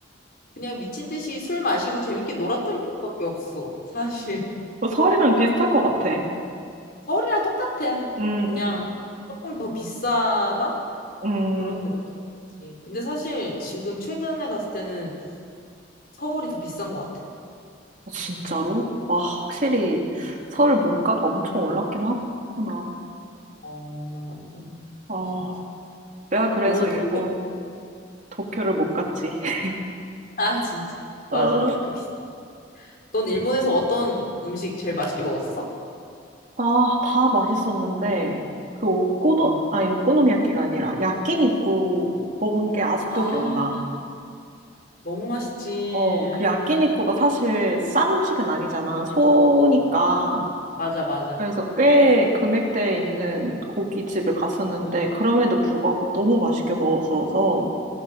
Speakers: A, on the left; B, on the right.
A: 그냥 미친 듯이 술 마시고 재밌게 놀았던 기억밖에 없어. 사실
B: 어, 설이랑 비슷할 것 같아.
A: <laughs> 서울이랑 똑같아.
B: 음,
A: 그냥
B: 음,
A: 조금 더 비싸다?
B: 음.
A: 그런 느낌이지. 근데 사실 지금 최근에 갔을 때는 서울이 더 비싼 것 같아.
B: 아, 진짜로? 와, 확실히
A: 음.
B: 서울 물가가 엄청 올랐긴 하구나.
A: 어, 완전, 완전.
B: 아,
A: 진짜.
B: 내가 그래서
A: 너는
B: 일본
A: 도쿄, <laughs>
B: 도쿄를 못 갔지. <laughs>
A: 아, 진짜. 맞아,
B: 어.
A: 도쿄 비싸. 넌 일본에서 어떤 음식 제일 맛있게 먹었어?
B: 아, 다 맛있었는데, 그 오코노,
A: 어.
B: 아니, 오코노미야끼가 아니라, 야끼니쿠 먹은 게 아직도
A: 아,
B: 기억나.
A: 너무 맛있지.
B: 어, 그 야끼니쿠가 사실 싼 음식은 아니잖아. 소니까.
A: 맞아, 맞아.
B: 그래서 꽤 금액대에 있는 고깃집을 갔었는데, 그럼에도 불구하고 너무 맛있게 먹었어서,